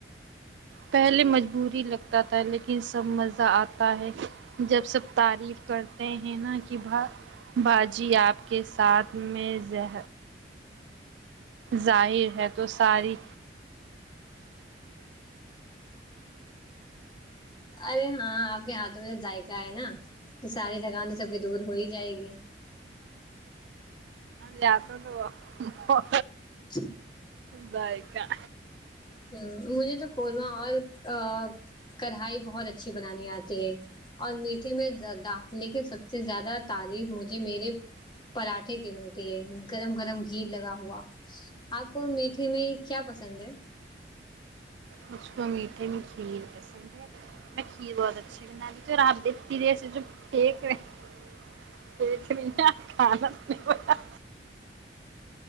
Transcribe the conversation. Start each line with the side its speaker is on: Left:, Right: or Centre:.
Right: پہلے مجبوری لگتا تھا لیکن سب مزہ آ تا ہے جب سب تعریف کرتے ہیں نہ کے بہا باجی آپ کے ساتھ میں زہ ظاہر ہے تو ساری
Left: ارے ہاں آپ کے ہاتھ میں تو ذائقہ ہے نا تو ساری تھکان سب کی دور ہو ہی جائے گی
Right: ل تو تو وہ
Left: <inaudible>
Right: ذائقہ
Left: ہوں مجھے تو قورمہ اور کڑھائی بہت اچھی بنانی آتی ہے اور میٹھے میں زیادہ لیکے سب سے زیادہ تعریف مجھے میرے پراٹھے کی ملتی ہے گرم گرم گھی لگا ہوا آپ کو میٹھے میں کیا پسند ہے
Right: مجھ کو میٹھے میں کھیر پسند ہے میں کھیر بہت اچھی بنا لیتی ہوں اور آپ اتی دیر سو جو پھینک رہے ہے <unintelligible> کھانا پھینک رہی آپ